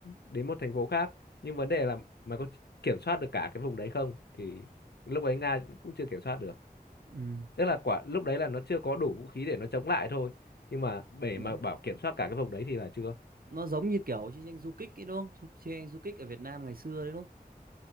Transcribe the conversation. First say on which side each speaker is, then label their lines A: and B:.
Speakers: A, on the left; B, on the right.
A: đến một thành phố khác nhưng vấn đề là mày có kiểm soát được cả cái vùng đấy không thì lúc ấy Nga cũng, cũng chưa kiểm soát được
B: ừ.
A: tức là quả lúc đấy là nó chưa có đủ vũ khí để nó chống lại thôi nhưng mà để
B: Nó
A: mà bảo kiểm soát cả cái vùng đấy thì là chưa
B: nó giống như kiểu chiến tranh du kích ấy đúng không? Chiến tranh du kích ở Việt Nam ngày xưa đấy đúng không?